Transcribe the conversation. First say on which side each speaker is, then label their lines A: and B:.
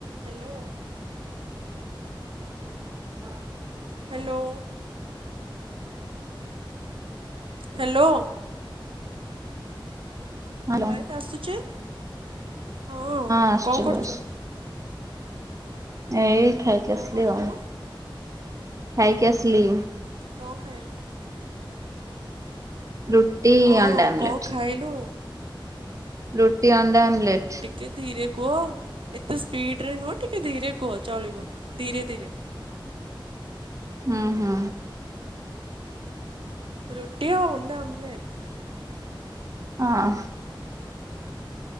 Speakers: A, on the right; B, on the right.
A: Hello.
B: ହଁ।
A: Hello. Hello.
B: Hello
A: voice ଆସୁଛି, ହଁ
B: ଆସୁଛି
A: କଣ
B: ବସ୍
A: କରୁଛ?
B: ଏଇ ଖାଇକି
A: କଣ
B: ଆସିଲି
A: କରୁଛୁ
B: ଆଉ ଖାଇକି ଆସିଲି।
A: କଣ ଖାଇଲ?
B: <inaudible> ରୁଟି,
A: ହଁ
B: ଅଣ୍ଡା ଆମଲେଟ।
A: କଣ ଖାଇଲୁ?
B: ରୁଟି, ଅଣ୍ଡା ଆମଲେଟ୍।
A: ଟିକେ ଧୀରେ କୁହ ଏତେ ସ୍ପିଡ ରେ ନୁହଁ ଟିକେ ଧୀରେ କୁହ ଚଳିବ ଧୀରେ ଧୀରେ।
B: ହୁଁ ହୁଁ।
A: ରୁଟି ଆଉ ଅଣ୍ଡା ଆମଲେଟ।
B: ହଁ।